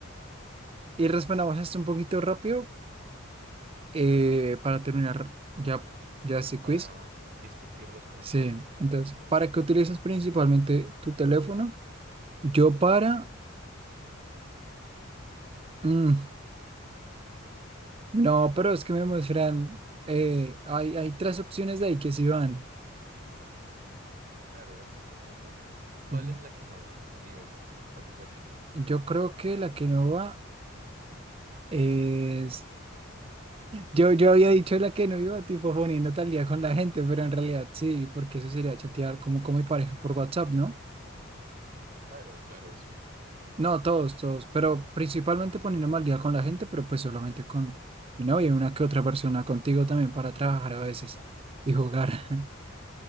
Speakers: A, on the right; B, on the right.
A: Y respondamos esto un poquito rápido eh, para terminar ya,
B: Dale, sí,
A: ya este
B: para
A: quiz.
B: discutir los comentarios.
A: Sí,
B: Dale,
A: entonces,
B: dale.
A: ¿para qué utilizas principalmente tu teléfono? Yo para... mm, no, pero es que me muestran... eh, hay, hay tres opciones de ahí que sí van.
B: Claro. <laughs> Ujú. ¿Cuál
A: Mm,
B: es la que no va? Dime, por favor, ¿cuál es la que no va?
A: Yo creo que la que no va es... Yo, yo había dicho la que no iba, tipo poniendo tal día con la gente, pero en realidad sí, porque eso sería chatear como con mi pareja por WhatsApp, ¿no?
B: Claro, claro, sí.
A: No, todos, todos, pero principalmente poniéndome al día con la gente, pero pues solamente con mi novia y una que otra persona contigo también para trabajar a veces y jugar. <laughs>